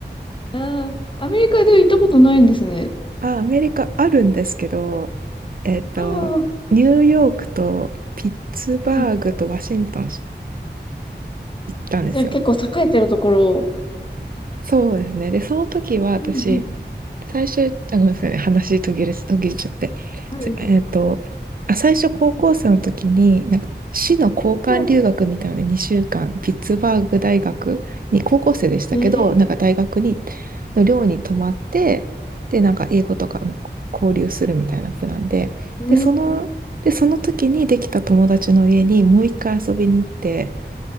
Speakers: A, on the left; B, on the right.
A: あーアメリカでは行ったことないんですね。
B: あ、アメリカあるんですけど、えっと、
A: ああ、
B: ニューヨークとピッツバーグとワシントン
A: はい。
B: 行ったんですよ。
A: じゃあ結構栄えてるところを。
B: そうですね。で、その時は私、
A: うん
B: 最初、あ、ごめんなさいね。話途切れ、途切れちゃって。
A: うん。
B: つえっと、
A: はい。
B: あ、最初高校生の時に、なんか市の交換留学みたいな2週間、
A: おー
B: ピッツバーグ大学に、高校生でしたけど、
A: えー
B: なんか大学に、の寮に泊まって、で、なんか英語とか交流するみたいなプランで、
A: うん。
B: で、その、で、その時にできた友達の家にもう一回遊びに行って、